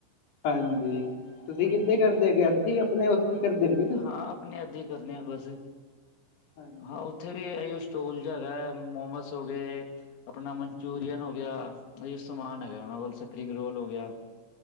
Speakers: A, on the left (about 55°); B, on the left (about 85°).
A: ਹਾਂਜੀ, ਤੁਸੀਂ
B: ਹਾਂਜੀ
A: ਕਿੱਥੇ ਕਰਦੇ ਹੈਗੇ ਇੱਥੇ ਤਾਂ ਆਪਣੇ ਕੀ ਕਰਦੇ ਹੈਗੇ?
B: ਹਾਂ, ਆਪਣੇ ਇੱਦੇ ਈ ਕਰਨੇ ਆ ਬਸ
A: ਹਾਂਜੀ
B: ਹਾਂ। ਉੱਥੇ ਵੀ ਇਹੀਓ ਸਟੋਲ ਜਿਹਾ ਹੈਗੈ ਮੋਮਸ ਹੋ ਗਏ, ਆਪਣਾ ਮਨਚੂਰੀਅਨ
A: ਹਾਂਜੀ
B: ਇਹੀਓ ਸਮਾਨ ਹੈਗੈ ਉਹਨਾਂ ਕੋਲ ਸਪਰਿੰਗ ਰੋਲ ਹੋ ਗਿਆ।